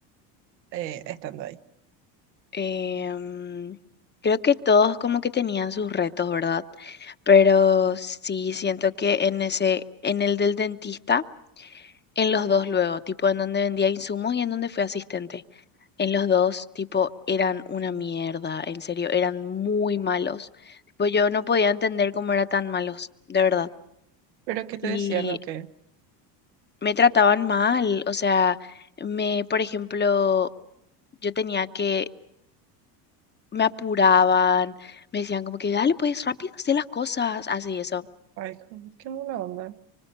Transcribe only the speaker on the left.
Em, creo que todos como que tenían sus retos, ¿verdad? Pero sí, siento que en ese, en el del dentista, en los dos luego, tipo en donde vendía insumos y en donde fui asistente. En los dos, tipo, eran una mierda, en serio, eran muy malos. Tipo, yo no podía entender cómo eran tan malos, de verdad.
Y
me trataban mal, o sea, me, por ejemplo, yo tenía que, me apuraban, me decían como que, dale, pues rápido, haz las cosas, así eso.